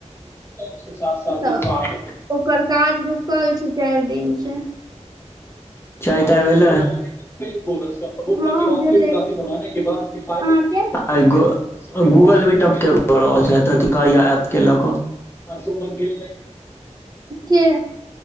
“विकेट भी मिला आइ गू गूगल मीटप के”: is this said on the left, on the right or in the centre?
Left